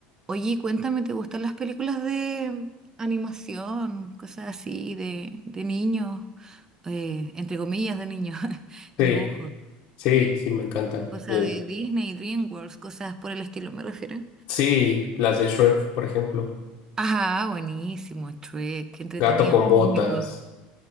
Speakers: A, on the right; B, on the left.
A: Oye, cuéntame, ¿te gustan las películas de animación, cosas así, de, de niños, eh, entre comillas, de niños, <laughs>
B: Sí,
A: dibujos,
B: sí, sí, me encantan.
A: cosas
B: Eh,
A: de Disney, DreamWorks, cosas por el estilo, me refiero?
B: sí, las de Shrek, por ejemplo.
A: Ajá, buenísimo, Shrek, qué entretenido,
B: Gato con botas.
A: cómico.